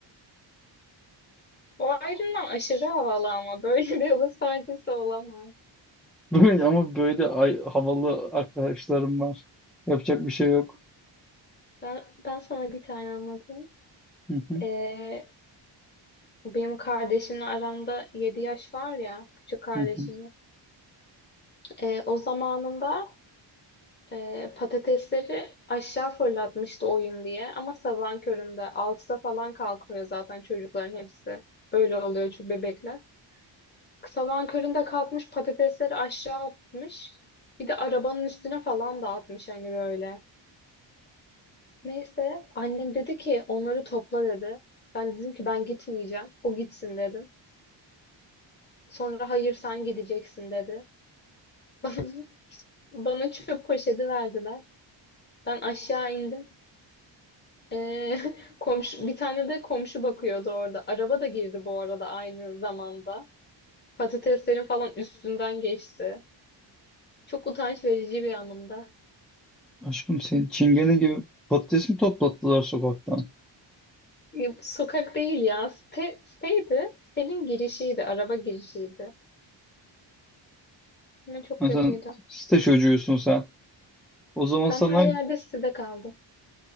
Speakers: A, on the left; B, in the centre.
A: Bu ayrımdan aşırı havalı ama böyle <laughs> bir hava saygısı olamaz.
B: <laughs> Böyle, ama böyle ay, havalı arkadaşlarım var. Yapacak bir şey yok.
A: Ben, ben sana bir tane anlatayım.
B: Hı hı,
A: Ee, benim kardeşimle aramda 7 yaş var ya, küçük kardeşimle.
B: hı hı.
A: Ee, o zamanında e, patatesleri aşağı fırlatmıştı oyun diye. Ama sabahın köründe 6'da falan kalkıyor zaten çocukların hepsi. Öyle oluyor çünkü bebekler. Sabahın köründe kalkmış patatesleri aşağı atmış. Bir de arabanın üstüne falan dağıtmış hani böyle. Neyse annem dedi ki onları topla dedi. Ben dedim ki ben gitmeyeceğim. O gitsin dedim. Sonra hayır sen gideceksin dedi. <laughs> Bana çöp poşeti verdiler. Ben aşağı indim. Ee, <laughs> komşu, bir tane de komşu bakıyordu orada. Araba da girdi bu arada aynı zamanda. Patateslerin falan üstünden geçti. Çok utanç verici bir anımda.
B: Aşkım senin çingene gibi patates mi toplattılar sokaktan?
A: Ya, Sokak değil ya. Site, siteydi. Sitenin girişiydi. Araba girişiydi. Ama çok
B: Ha,
A: kötüydü.
B: Sen site çocuğusun sen. O zaman
A: Ben
B: sana
A: her yerde sitede kaldım.